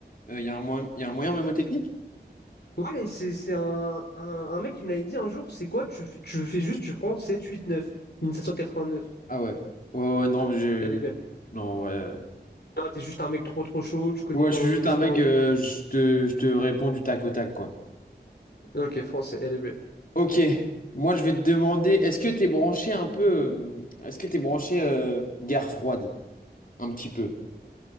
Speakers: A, on the left; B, on the left.
A: euh, Il y a un moyen, y a un moyen mnémotechnique?
B: Ouais, c'est c'est un, un, un mec qui me l'avait dit un jour. C'est quoi? Tu, fais- tu fais juste, tu prends 7, 8, 9. 1789.
A: Ah ouais. Ouais, ouais, non, mais je.
B: Regardez bien.
A: Non, en vrai. euh,
B: Non, t'es juste un mec trop trop chaud, tu connais
A: Ouais,
B: ton
A: je suis juste
B: histoire.
A: un mec, euh,
B: Ok,
A: je te, je te réponds du tac au tac, quoi.
B: Ok, France, elle est belle.
A: Ok. Moi, je vais te demander, est-ce que t'es branché un peu. euh, Est-ce que t'es branché euh, guerre froide? Un petit peu.